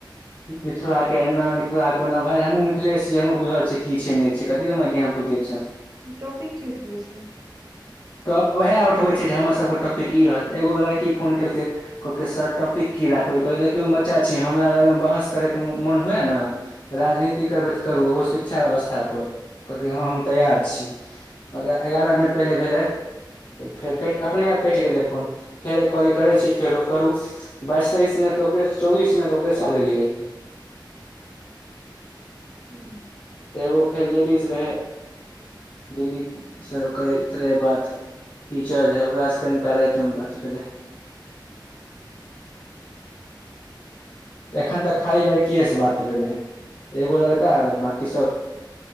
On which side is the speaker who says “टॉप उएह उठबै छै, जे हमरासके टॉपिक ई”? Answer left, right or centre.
Left